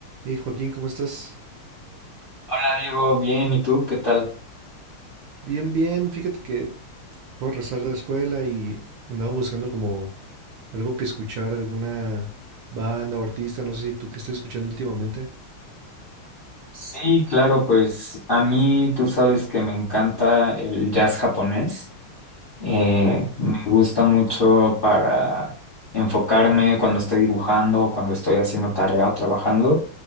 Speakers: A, on the right; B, on the left.
A: Hey Joaquín, ¿cómo estás?
B: Hola Diego, bien, ¿y tú qué tal?
A: Bien, bien. Fíjate que acabo de regresar de la escuela y andaba buscando como algo que escuchar, alguna banda o artista, no sé si tú qué estés escuchando últimamente.
B: Sí, claro, pues a mí tú sabes que me encanta el jazz japonés. Eh,
A: Ok,
B: me gusta mucho para enfocarme cuando estoy dibujando, cuando estoy haciendo tarea o trabajando.